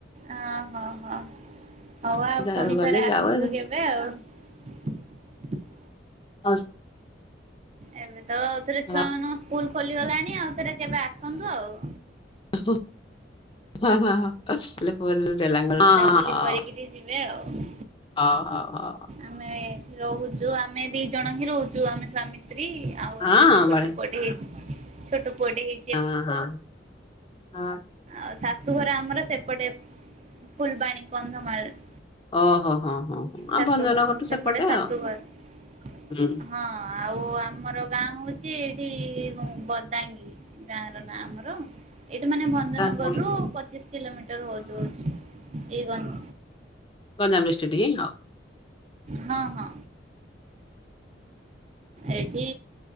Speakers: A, on the right (about 35°); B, on the left (about 25°).
A: ଓଁହୋ ହଁ ହଉ ଆଉ
B: ଯାହାକୁ
A: ପୁଣି
B: ଗଲେ
A: ଥରେ
B: ଯାଉ
A: ଆସନ୍ତୁ
B: ଆଉ।
A: କେବେ କେବେ ଆଉ
B: ହସ୍
A: ଏବେ ତ ଆଉଥରେ
B: ହଁ
A: ଛୁଆ
B: ହଁ
A: ମାନଙ୍କ ସ୍କୁଲ ଖୋଲିଗଲାଣି ଆଉ ଥରେ ଯିବା। ଆସନ୍ତୁ ଆଉ।
B: <unintelligible>
A: ବୁଲାବୁଲି କରିକିରି ଯିବେ ଆଉ।
B: ହଁ
A: ଆମେ ଏଠି ରହୁଚୁ ଆମେ ଦି ଜଣ ହିଁ ରହୁଚୁ ଆମେ ସ୍ଵାମୀ ସ୍ତ୍ରୀ। ଆଉ
B: ହଁ
A: ଏବେ ଛୋଟ
B: ବଢିଆ
A: ପୁଅ ଟେ ହେଇଚି ଛୋଟ ପୁଅ ଟେ ହେଇଚି।
B: ଅ ହଁ ଅ
A: ଆଉ ଶାଶୁଘର ଆମର ସେପଟେ ଫୁଲ୍ ବାଣୀ କନ୍ଧମାଳ।
B: ଓହୋ ହଁ ହଁ। ହଁ ଆଉ
A: ଶାଶୁ
B: ଭଞ୍ଜନ
A: ଗାଁ
B: ଘରଠୁ
A: ସେପଟେ ଶାଶୁଘର
B: ଆଉ। ହୁଁ
A: ହଁ। ଆଉ ଆମର ଗାଁ ହଉଚି ଏଇଠି ବଦାଙ୍ଗି। ଗାଁ ର ନା ଆମର ଏଇଟୁ ମାନେ ଭଦ୍ ଭଜଂନଗରରୁୁ
B: ଓହୋ
A: ପଚିଶ୍ କିଲୋମିଟର ହଉଚି ଏଇ ଗଜ୍
B: ଗଞ୍ଜାମ ଡିଷ୍ଟିଟ୍ ହଉ।
A: ହଁ ହଁ। ଏଇଠି